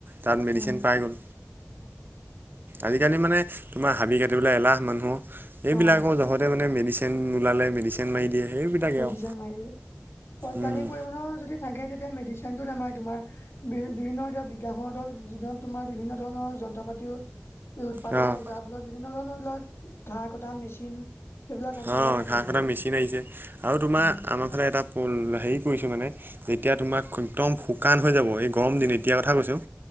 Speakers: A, on the right (about 45°); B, on the left (about 65°).
A: তাত মেডিচিন
B: উম
A: পাই গ'ল। আজিকালি মানে, তোমাৰ হাবি কাটিবলে এলাহ মানুহৰ, এইবিলাকৰ
B: অ
A: জহতে মানে মেডিচি চিন ওলালে মেডিচিন মাৰি দিয়ে। সেইবিলাকে
B: মেডিচিন,
A: আৰু
B: মাৰি দিয়ে অত্যাধিক
A: উম।
B: পৰিমণৰ যদি থাকে তেতিয়া মেডিচিন তেন্তটো নমাই, তোমাৰ বি বিভিন্ন এতিয়া বিজ্ঞানখনত, যি তোমাৰ বিভিন্ন ধৰণৰ যন্ত্ৰ পাতিও। এই উৎপাদন
A: অ',
B: হ'ল, যাৰ ফলত বিভিন্ন ধৰণৰ এই বিলাক ঘাঁহ কটা মেচিন সেইবিলাক আনি
A: অ',
B: পেলাই কাটেহি
A: ঘাঁহ কটা
B: আৰু।
A: মেচিন আহিছে আৰু তোমাৰ,
B: উম
A: আমাৰ ফালে এটা হেৰি কৰিছো। মানে যেতিয়া তোমাক একদম শুকান হৈ যাব এই গৰম দিন এতিয়া কথা কৈছো।